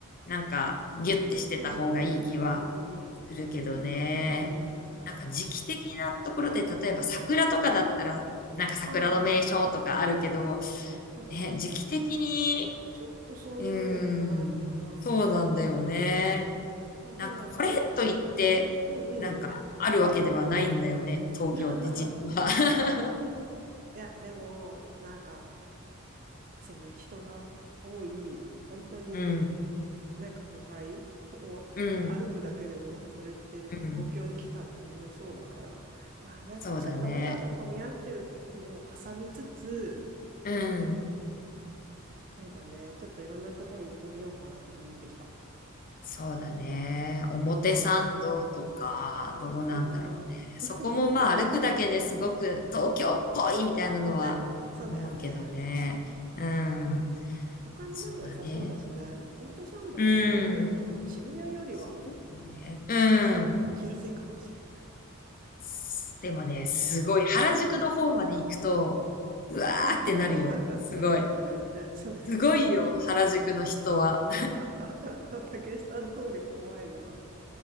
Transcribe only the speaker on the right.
確かにね、確かに。
そうだね。
ああ、そうだね。
ちょっとそういうわけでもないからな。
あ、
でも、
うんうん。
<laughs> いや、でも、なんか、その人が多い、本当に
なんか都会を歩くだけでも、
それってなんか東京に来たって思いそうだから、
まあなんかちょっとわざと混み合ってるところも挟みつつ、
そうだね。ちょっといろんなとこに行ってみようかなって思ってきた。
いいなぁ
<laughs> ね。そうだよね。
お買い物にも良さそうだしね。
表参道も行ってみようかな。
渋谷よりは
行きやすいかもしれない。
<laughs>
そうだよね。
<laughs> 竹下通り怖いな。